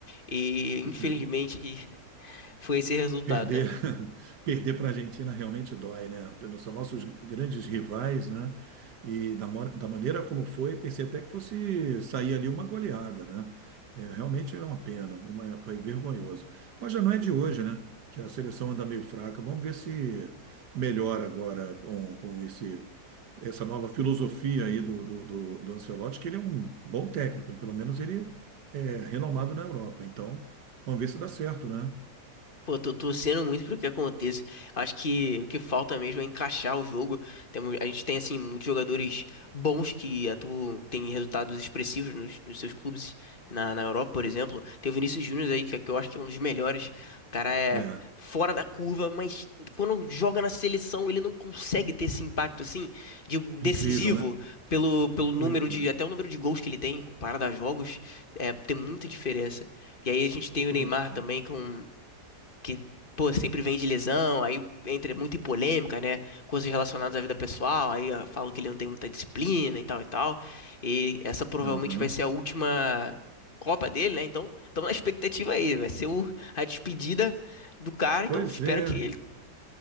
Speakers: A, on the left (about 30°); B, on the right (about 70°).
A: E, infelizmente,
B: uhum.
A: <laughs> foi esse resultado,
B: perder
A: né?
B: <laughs> perder para a Argentina realmente dói, né? São nossos grandes rivais, né? E da, mo- da maneira como foi, pensei até que fosse sair ali uma goleada, né? É, realmente é uma pena, é uma- foi vergonhoso. Mas já não é de hoje, né? Que a seleção anda meio fraca. Vamos ver se melhora agora com, com esse essa nova filosofia aí do, do, do, do Ancelotti, que ele é um bom técnico, pelo menos ele é renomado na Europa. Então, vamos ver se dá certo, né?
A: Pô, tô torcendo muito pro que aconteça. Acho que o que falta mesmo é encaixar o jogo. Temos, a gente tem, assim, muitos jogadores bons que atuam, têm resultados expressivos nos, nos seus clubes na, na Europa, por exemplo. Tem o Vinícius Júnior aí, que, é- que eu acho que é um dos melhores. O cara é
B: É,
A: fora da curva, mas quando joga na seleção, ele não consegue ter esse impacto, assim, de, decisivo
B: incrível, né?
A: pelo, pelo número
B: Pois
A: de,
B: é,
A: até o número de gols que ele tem, comparado a jogos, é, tem muita diferença. E aí a gente tem
B: pois
A: o Neymar
B: é.
A: também com que, pô, sempre vem de lesão, aí entra muito em polêmica, né? Coisas relacionadas à vida pessoal, aí ah, falam que ele não tem muita disciplina e tal e tal. E essa provavelmente
B: Aham.
A: vai ser a última Copa dele, né? Então, estamos na expectativa aí, vai ser o- a despedida do cara,
B: Pois
A: então espero
B: é.
A: que ele